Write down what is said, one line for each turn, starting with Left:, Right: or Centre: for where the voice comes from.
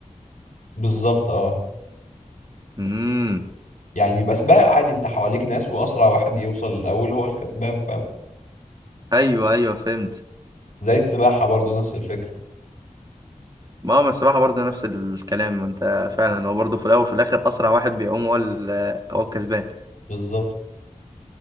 Left: بالظبط اه
Right: امم
Left: يعني بيبقى سباق عادي انت حواليك ناس واسرع واحد يوصل الاول هو الكسبان فاهم
Right: ايوه ايوه فهمت
Left: زي السباحة برضو نفس الفكرة
Right: ما هو السباحة برضه نفس الكلام ما انت فعلا هو برضه في الاول وفي الاخر اسرع واحد بيعوم هو ال- هو الكسبان
Left: بالظبط